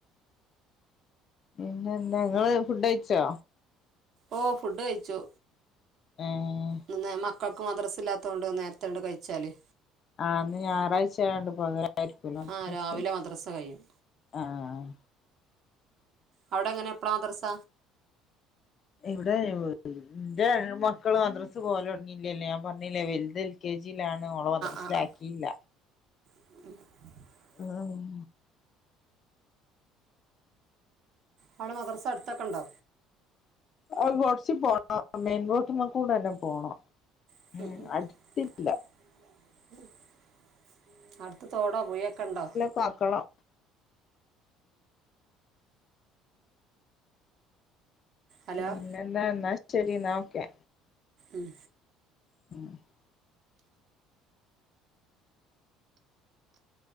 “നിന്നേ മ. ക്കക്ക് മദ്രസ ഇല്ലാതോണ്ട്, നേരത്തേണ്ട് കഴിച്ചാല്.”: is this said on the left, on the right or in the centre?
Right